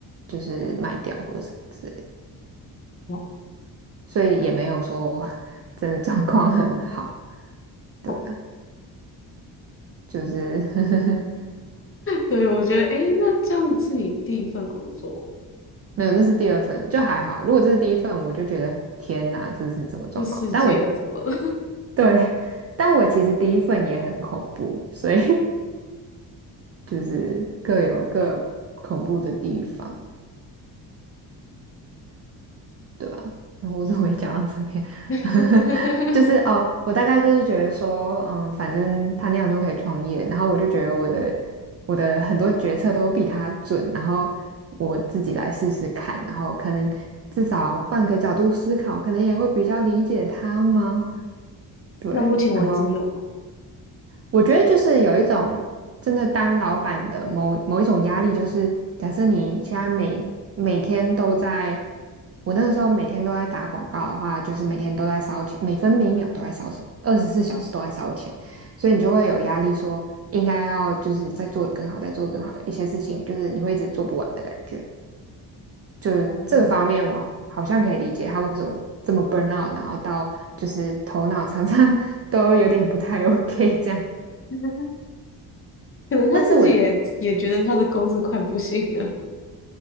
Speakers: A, on the right; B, on the left.
A: 就是卖掉或者什么之类的
B: 哦
A: 所以也没有说 <laughs> 真的状况很好，对啊，
B: <laughs>
A: 就是 <laughs>
B: 对，我觉得，诶，那这样是你第一份工作，
A: 没有，那是第二份，就还好。如果这是第一份，我就觉得天哪，这是什么状况？
B: 这世界怎么了？
A: 但我对，但我其实第一份也很恐怖，所以 <laughs> 就是各有各恐怖的地方。对吧？然后我怎么会讲到这边？
B: <laughs>
A: <laughs> 就是哦，我大概就是觉得说，嗯，反正他那样都可以创业，然后我就觉得我的我的很多决策都比他准，然后我自己来试试看，然后可能至少换个角度思考，可能也会比较理解他吗？对，
B: 那目前为止有吗？
A: 然后我觉得就是有一种真的当老板的某某一种压力，就是假设你现在每每天都在，我那个时候每天都在打广告的话，就是每天都在烧钱，每分每秒都在烧钱，二十四小时都在烧钱，
B: 嗯
A: 所以你就会有压力说，
B: 哦
A: 应该要就是再做得更好，再做得更好，一些事情就是你会一直做不完的感觉。就是这个方面，
B: 嗯，
A: 我好像可以理解他为什么这么 burn out，然后到就是头脑常常 <laughs> 都有点不太 OK 这样。
B: <laughs> 可能他自己也也觉得他的公司快不行了，
A: 但是我